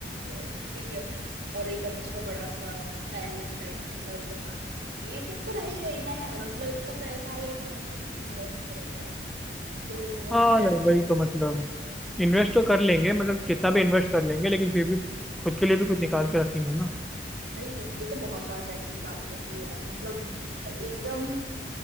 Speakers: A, on the right; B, in the centre.
A: अ, ठीक है और एक अच्छा बड़ा सा पैलेस टाइप घर बनाना ये सब तो रहेगा ही ना यार मतलब इतना पैसा आ गया कहाँ ही तुम इन्वेस्ट करोगे यार तो वहीं
B: हाँ
A: जाएगा
B: यार वही तो मतलब इन्वेस्ट तो कर लेंगे मतलब कितना भी इन्वेस्ट कर लेंगे लेकिन फिर भी खुद के लिए भी कुछ निकाल के रखेंगे ना
A: भाई तो ये तो बहुत सारा पैसे की बात कर ली यार मतलब एकदम